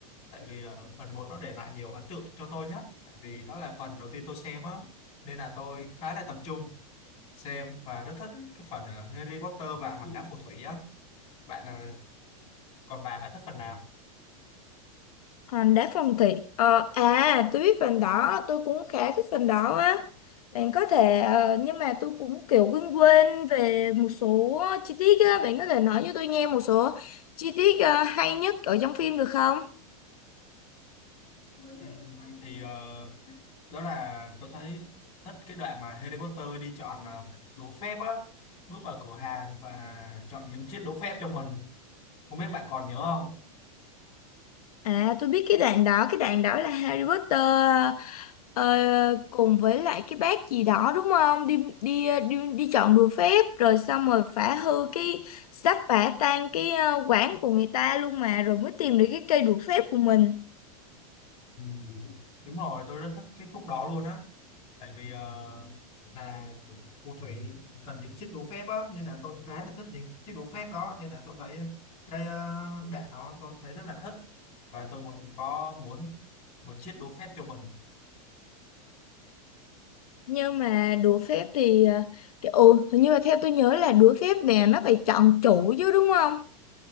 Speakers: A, on the left; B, on the left.
A: Tại vì ờ, phần một nó để lại nhiều ấn tượng cho tôi nhất. Tại vì đó là phần đầu tiên tôi xem á. Nên là tôi khá là tập trung xem và rất thích cái phần ờ, Harry Potter và Hòn Đá Phù Thủy á. Bạn ờ, còn bạn bạn thích phần nào?
B: Hành đá phong thủy. Ờ, à, tôi biết phần đó, tôi cũng khá thích phần đó á. Bạn có thể, ờ, nhưng mà tôi cũng kiểu quên quên về một số chi tiết á. Bạn có thể nói cho tôi nghe một số chi tiết ờ, hay nhất ở trong phim được không?
A: Ừm, thì ờ, đó là tôi thấy thích cái đoạn mà Harry Potter đi chọn ờ, đố phép á, bước vào cửa hàng và chọn những chiếc đố phép cho mình. Không biết bạn còn nhớ không?
B: À tôi biết cái đoạn đó Cái đoạn đó là Harry Potter ờ, Cùng với lại cái bác gì đó đúng không Đi đi đi, đi chọn đùa phép Rồi xong rồi phá hư cái Sắp phá tan cái ờ, quán của người ta luôn mà Rồi mới tìm được cái cây đũa phép của mình
A: Ừ. Đúng rồi, tôi rất thích cái khúc đó luôn á. Tại vì ờ, là phù thủy cần những chiếc đũa phép á, nên là tôi khá là thích những chiếc đũa phép đó, nên là tôi thấy cái uh, đạn đó tôi thấy rất là thích và tôi muốn có muốn một chiếc đũa phép cho mình.
B: Nhưng mà đũa phép thì ờ, cái, Ồ hình như là theo tôi nhớ là đũa phép nè Nó phải chọn chủ chứ đúng không